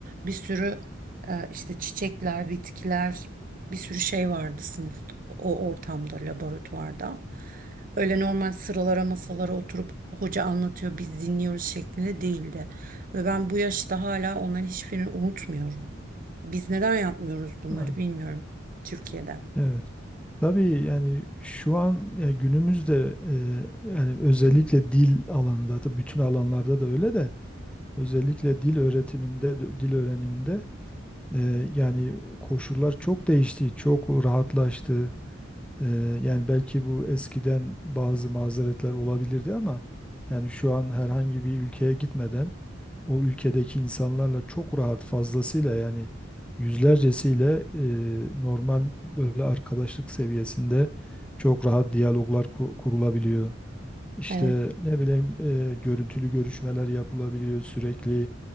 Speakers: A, on the right (about 45°); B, in the centre.
A: Bir sürü e, işte çiçekler, bitkiler, bir sürü şey vardı sınıfta, o ortamda, laboratuvarda. Öyle normal sıralara masalara oturup hoca anlatıyor, biz dinliyoruz şeklinde değildi. Ve ben bu yaşta hala onların hiçbirini unutmuyorum. Biz neden yapmıyoruz bunları
B: Aynen.
A: bilmiyorum Türkiye'de.
B: Evet. Tabii yani şu an yani günümüzde e, yani özellikle dil alanında da bütün alanlarda da öyle de özellikle dil öğretiminde dil öğreniminde e, yani koşullar çok değişti, çok rahatlaştı. Ee, yani belki bu eskiden bazı mazeretler olabilirdi ama yani şu an herhangi bir ülkeye gitmeden o ülkedeki insanlarla çok rahat fazlasıyla yani yüzlercesiyle e, normal böyle arkadaşlık seviyesinde çok rahat diyaloglar ku- kurulabiliyor. İşte
A: Evet.
B: ne bileyim e, görüntülü görüşmeler yapılabiliyor sürekli